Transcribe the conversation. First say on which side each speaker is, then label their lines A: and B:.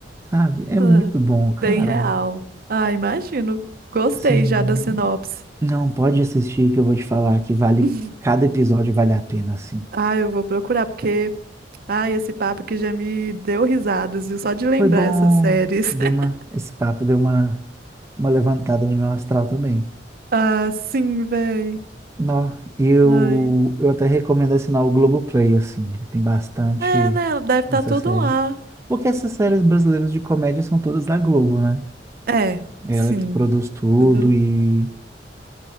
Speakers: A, on the right; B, on the right.
A: Sabe? É
B: Ah,
A: muito bom, cara.
B: Bem real. Ah, imagino. Gostei
A: Sim.
B: já da sinopse.
A: Não, pode assistir que eu vou te falar que
B: <laughs>
A: vale, cada episódio vale a pena, assim.
B: Ah, eu vou procurar, porque. Ai, esse papo aqui já me deu risadas, viu? Só de lembrar
A: Foi bom,
B: essas séries.
A: deu
B: <laughs>
A: uma, esse papo deu uma uma levantada no meu astral também.
B: Ah, sim, véi.
A: Nó, eu,
B: Ai.
A: eu até recomendo assinar o Globoplay, assim, ele tem bastante
B: É, né? Deve estar
A: dessa
B: tudo
A: série.
B: lá.
A: Porque essas séries brasileiras de comédia são todas da Globo, né?
B: É,
A: É
B: sim,
A: Ela que produz tudo
B: tudo
A: e,